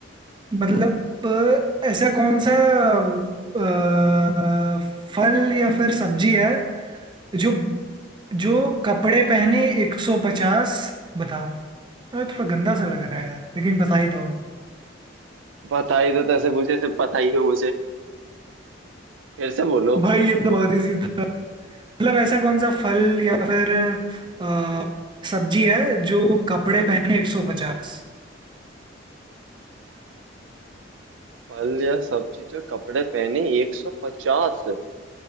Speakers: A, on the right (about 25°); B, on the right (about 85°).
A: मतलब अ, ऐसा कौन सा अ, फल या फिर सब्जी है जो जो कपड़े पहने 150 बताओ अरे थोड़ा गंदा सा लग रहा है यार लेकिन बता ही दो
B: पता ही तो तैसे पूछे से पता ही हो मुझे फिर से बोलो
A: भाई ये तो बहुत इजी था मतलब ऐसा कौन सा फल या फिर अ, सब्जी है जो कपड़े पहने 150
B: फल या सब्जी जो कपड़े पहने एक सौ पचास